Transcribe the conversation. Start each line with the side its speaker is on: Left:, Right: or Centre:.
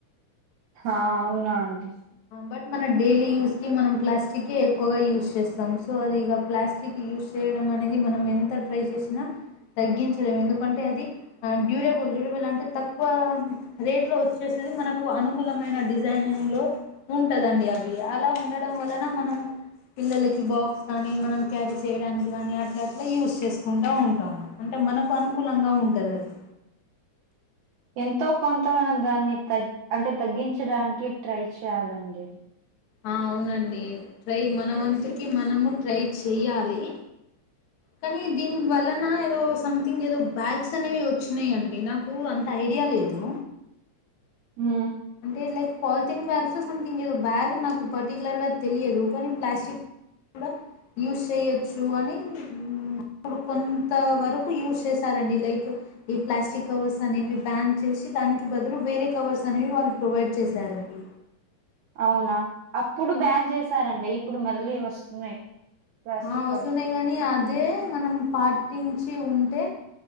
Right: ఆ అవునా అం బ <inaudible>
Left: బట్ మన డైలీ యూజ్ కి మనం ప్లాస్టిక్ే ఎక్కువగా యూజ్ చేస్తాం సో అదిక ప్లాస్టిక్ యూస్ చేయడం అనేది మనం ఎంత ట్రై చేసినా తగ్గించలేము ఎందుకంటే అది డ్యూరబుల్ డ్యూరబుల్ అంటే తక్కువ రేట్లో వచ్చేసేది మనకు అనుకూలం <unintelligible> మైన డిజైనింగ్ లో ఉంటదండి అవి లా ఉండడం వలన మనము పిల్లలకి బాక్స్ కానీ మనం క్యారీ చేయడానికి కానీ అట్లా అట్లా యూస్్ చేసుకుంటూ ఉంటాము అంటే మనకు అనుకూలంగా ఉంటుంది అది
Right: ఎంతో కొంత మనం దాన్ని తగ్ అంటే తగ్గించడానికి ట్రై చేయ్యాలండి
Left: అవునండి ట్రై మన వతుకి మనము ట్రై చెయ్యాలి కానీ దీని వలన ఏదో సంథింగ్ ఏదో బ్యాగ్స్ అనేవి వచ్చినాయిండి నాకు అంత ఐడియా లేదు
Right: హ్మ్
Left: అంటే లైక్ పాలిథిన్ బ్యాగ్స్లో సథింగ్ ఏదో బ్యాగ్ నాకు పర్టిక్యలర్గా తెలియదు కానీ ప్లాస్టిక్ కూడా యూస్ చేయచ్చు అని ఇప్పుడు కొన్ని కొ వరకు యూజ్ చేశారండి లైక్ ఈ ప్లాస్టిక్ కవర్స్ అనేవి బ్యాన్ చేసి దానికి బదులు వేరే కవర్స్ అనేవి వాళ్ళ ప్రొవైడ్ చేశారండి
Right: అవునా అప్పుడు బ్యాన్ చేశారండి ఇప్పుడు మళ్ళీ లే వస్తున్నాయి ప్లాస్టిక్
Left: ఆ వసూన్నాయి
Right: కవర్స్
Left: కానీ అది అదే మనం పాటించి ఉంటే